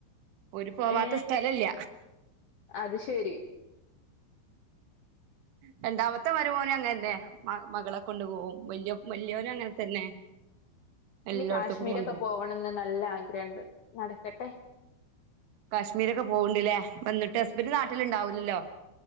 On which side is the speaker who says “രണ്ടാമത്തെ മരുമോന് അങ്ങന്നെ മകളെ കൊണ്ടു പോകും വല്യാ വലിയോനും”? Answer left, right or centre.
Right